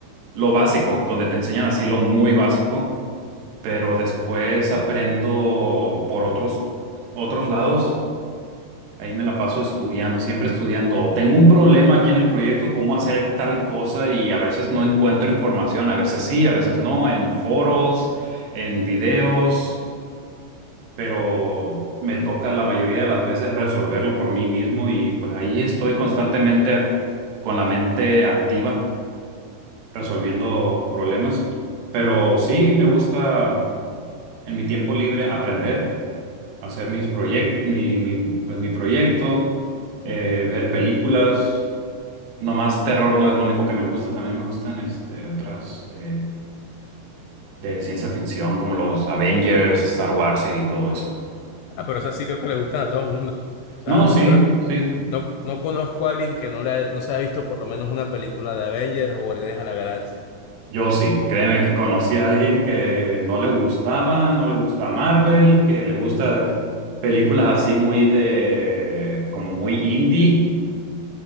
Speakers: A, on the right; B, on the left.
A: lo básico, donde te enseñan así lo muy básico, pero después aprendo por otros, otros lados, ahí me la paso estudiando, siempre estudiando, o tengo un problema aquí en el proyecto, cómo hacer tal cosa y a veces no encuentro información, a veces sí, a veces no, en foros, en videos pero me toca la mayoría de las veces resolverlo por mí mismo y pues ahí estoy constantemente ac- con la mente activa resolviendo problemas. Pero sí me gusta en mi tiempo libre aprender, hacer mis proyectos, mi, mi- pues mi proyecto, eh, ver películas. Nomás terror no es lo único que me gusta, también me gustan este, otras eh, de ciencia ficción como los Avengers, Star Wars y todo eso.
B: Ah, pero esas sí creo que le gustan a todo el mundo. O sea,
A: No,
B: no
A: sí,
B: creo
A: sí.
B: No, no conozco a alguien que no, le haya- no se haya visto por lo menos una película de Avengers o Guardianes a la Galaxia.
A: Yo sí, créeme que conocí a alguien que no le gustaba, no le gusta Marvel, que le gusta películas así muy de, como muy indie,